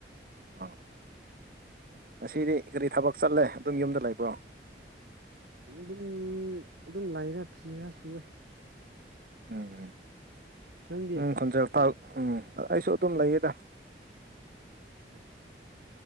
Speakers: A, on the right; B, on the right.
A: ꯑꯥ ꯉꯁꯤꯗꯤ ꯀꯔꯤ ꯊꯕꯛ ꯆꯠꯂꯦ ꯑꯗꯨꯝ ꯌꯨꯝꯗ ꯂꯩꯕ꯭ꯔꯣ
B: ꯗꯨꯝ ꯑꯗꯨꯝ ꯂꯩꯔꯦ ꯐꯤ ꯈꯔ ꯁꯨꯔꯦ
A: ꯎꯝ ꯎꯝ
B: ꯅꯪꯗꯤ
A: ꯅꯪ ꯈꯣꯟꯖꯦꯜ ꯇꯥ ꯎꯝ ꯑꯩꯁꯨ ꯑꯗꯨꯝ ꯂꯩꯌꯦꯗ
B: ꯎꯝ